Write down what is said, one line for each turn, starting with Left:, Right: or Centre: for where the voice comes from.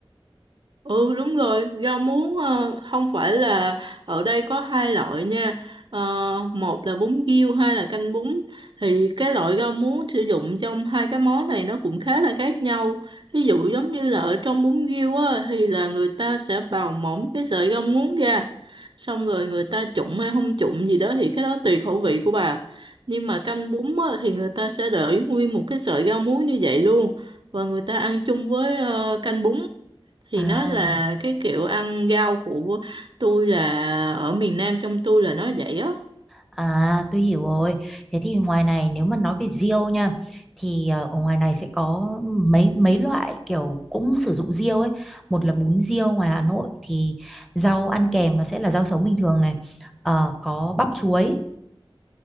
Right: Ừ đúng rồi, rau muống ờ, không phải là ở đây có hai loại nha. Ờ, một là bún riêu, hai là canh bún. Thì cái loại rau muống sử dụng trong hai cái món này nó cũng khá là khác nhau. Ví dụ giống như là ở trong bún riêu á, thì là người ta sẽ bào mỏng cái sợi rau muống ra. Xong rồi người ta trụng hay không trụng gì đó thì cái đó tùy khẩu vị của bà. Nhưng mà canh bún á, thì người ta sẽ để nguyên một cái sợi rau muống như vậy luôn. Và người ta ăn chung với ờ, canh bún thì
Centre: Ừ. à
Right: nó là cái kiểu ăn rau của tôi là ở miền Nam trong tôi là nó vậy á
Centre: à tôi hiểu rồi thế thì ngoài này nếu mà nói về riêu nha thì ờ, ở ngoài này sẽ có mấy mấy loại kiểu cũng sử dụng riêu ấy một là bún riêu ngoài Hà Nội thì rau ăn kèm nó sẽ là rau sống bình thường này Ờ, có bắp chuối